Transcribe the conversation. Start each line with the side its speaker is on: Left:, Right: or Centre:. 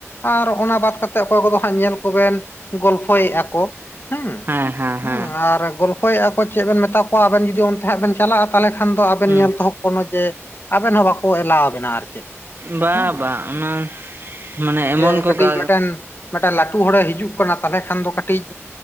Left: ᱟᱨ ᱚᱱᱟ ᱵᱟᱫ ᱠᱟᱛᱮᱜ ᱚᱠᱚᱭ ᱠᱚᱫᱚ ᱦᱟᱸᱜ ᱧᱮᱞ ᱠᱚᱵᱮᱱ ᱜᱚᱞᱯᱷᱚᱭᱮᱜ ᱟᱠᱚ ᱦᱩᱸ
Right: ᱦᱮᱸ ᱦᱮᱸ ᱦᱮᱸ
Left: ᱦᱮᱸ ᱟᱨ ᱜᱚᱞᱯᱷᱚᱭᱮᱜᱼᱟᱠᱚ ᱪᱮᱫ ᱵᱮᱱ ᱢᱮᱛᱟ ᱠᱚᱣᱟ ᱟᱵᱮᱱ ᱡᱩᱫᱤ ᱚᱱᱛᱮ ᱦᱟᱸᱜ ᱵᱮᱱ ᱪᱟᱞᱟᱜᱼᱟ ᱛᱟᱦᱚᱞ ᱠᱷᱟᱱ ᱫᱚ ᱟᱵᱮᱱ
Right: ᱦᱩᱸ
Left: ᱧᱮᱞ ᱛᱮᱦᱚ ᱠᱱᱳ ᱡᱮ ᱟᱵᱮᱱ ᱦᱚᱸ ᱵᱟᱠᱚ ᱮᱞᱟᱣᱵᱮᱱᱟ ᱟᱨ ᱪᱮᱫ,
Right: ᱵᱟ
Left: ᱦᱮᱸ
Right: ᱵᱟ ᱚᱱᱟ ᱢᱟᱱᱮ ᱮᱢᱚᱱ
Left: ᱡᱮ
Right: ᱠᱚ
Left: ᱠᱟᱹᱴᱤᱡ
Right: ᱠᱟ
Left: ᱢᱤᱫᱴᱮᱱ ᱞᱟᱹᱴᱩ ᱦᱚᱲᱮ ᱦᱤᱡᱩᱜ ᱠᱟᱱᱟ ᱛᱟᱦᱞᱮ ᱠᱷᱟᱱ ᱫᱚ ᱠᱟᱹᱴᱤᱡ